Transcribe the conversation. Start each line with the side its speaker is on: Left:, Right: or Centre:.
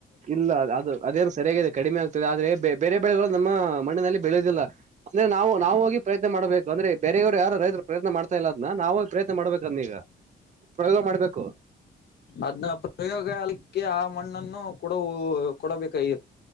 Right: ಇಲ್ಲ ಅದು ಅದೇನು ಸರಿಯಾಗಿದೆ ಕಡಿಮೆ ಆಗ್ತದೆ ಆದ್ರೆ ಬೇರೆ ಬಳ ನಮ್ಮ ಮಣ್ಣಿನಲ್ಲಿ ಬೆಳೆಯೋುದಿಲ್ಲ ಅಂದ್ರೆ ನಾವು ನಾವು ಹೋಗಿ ಪ್ರಯತ್ನ ಮಾಡ್ಬೇಕು ಅಂದ್ರೆ ಬೇರವರು ಯಾರು ರೈತ ಪ್ರಯತ್ ಮಾಡ್ತಾ ಇಲ್ಲದ ನಾವವು ಪ್ರಯತ್ನ ಮಾಡ್ಬೇಕ್ರನ್ನ ಈಗ ಪ್ರಯೋಗ ಮಾಡ್ಬೇಕು
Left: ಅದ್ನ್ನ ಪ್ರಯೋಗಾಲಕ್ಕೆ ಆ ಮಣ್ಣನ್ನು ಕೊಡ ಕೊಡಬೇಕಾಗಿ